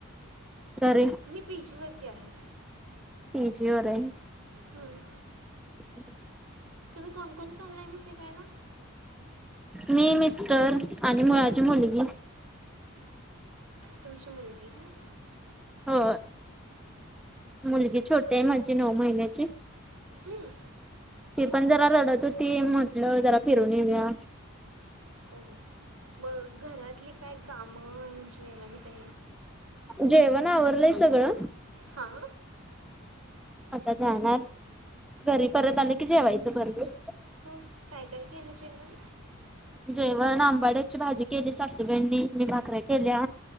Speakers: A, in the centre; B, on the right.
A: घरी?
B: मी पी जी वरती आहे.
A: पी जी होर आहे.
B: हम्म.
A: हम्.
B: तुम्ही कोण कोण चालय मग फिरायला?
A: मी मिस्टर आणि मुळाची मुलगी.
B: तुमची मुलगी ना
A: हो मुलगी छोटी आहे माझी नऊ महिन्याची.
B: हम्म.
A: ती पण जरा रडत होती म्हटलं जरा फिरून येऊया.
B: हो मग घरातली काय काम म्हणजे म्हणते.
A: जेवण आवरलय सगळं.
B: हा.
A: आता जाणार घरी परत आले की जेवायचं परत वी.
B: हो काय काय केलय जेवण?
A: जेवण आंबाड्याची भाजी केली सासूबाईंनी मी भाकऱ्या केल्या.